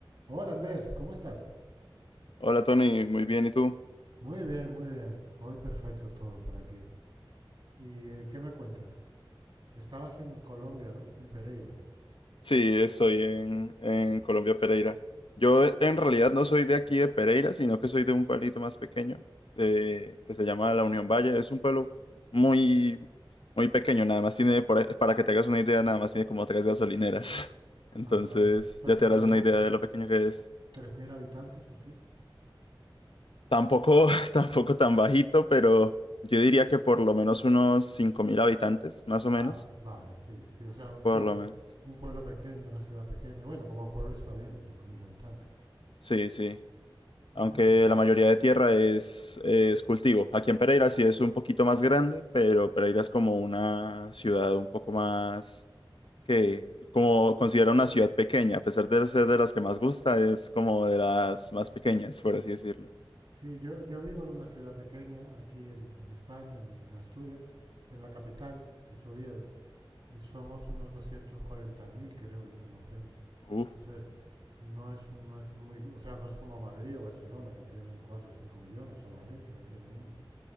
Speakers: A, on the right; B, on the left.
A: Hola Andrés, ¿cómo estás?
B: Hola Tony, muy bien, ¿y tú?
A: Muy bien, muy bien. Hoy perfecto todo por aquí. ¿Y eh, qué me cuentas? Estabas en Colombia, ¿no? En Pereira.
B: Sí, estoy en, en Colombia, Pereira. Yo eh, en realidad no soy de aquí de Pereira, sino que soy de un pueblito más pequeño eh, que se llama La Unión Valle. Es un pueblo muy, muy pequeño, nada más tiene, por ahí- para que te hagas una idea, nada más tiene como tres gasolineras. <laughs> Entonces
A: Ajá. O sea,
B: ya
A: que
B: te
A: habrán
B: harás una
A: como
B: idea de lo pequeño que es.
A: 3.000 habitantes o así.
B: Tampoco, <laughs> tampoco tan bajito, pero yo diría que por lo menos unos 5.000 habitantes, más o menos.
A: Ah, vale, sí, sí. O sea,
B: Por
A: sí, un,
B: lo menos.
A: un pueblo pequeño, una ciudad pequeña. Bueno, como pueblo está bien, de 5.000 habitantes.
B: Sí, sí.
A: Ah,
B: aunque
A: ok.
B: la mayoría de tierra es, es cultivo. Aquí en Pereira sí es un poquito más grande, pero Pereira es como una ciudad un poco más que, como considera una ciudad pequeña, a pesar de ser de las que más gusta, es como de las más pequeñas, por así decirlo.
A: Sí, yo, yo vivo en una ciudad pequeña aquí en, en España, en, en Asturias, en la capital, que es Oviedo. y somos unos 240.000 creo, el último censo.
B: Uf,
A: Entonces, no es, no es muy, o sea, no es como Madrid o Barcelona que tienen 4 o 5 millones o Valencia que tiene uno.